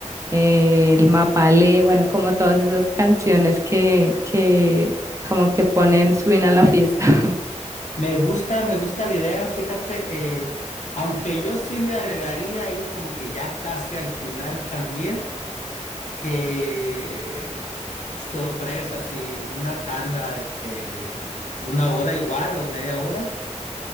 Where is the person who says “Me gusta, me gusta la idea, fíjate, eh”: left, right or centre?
Left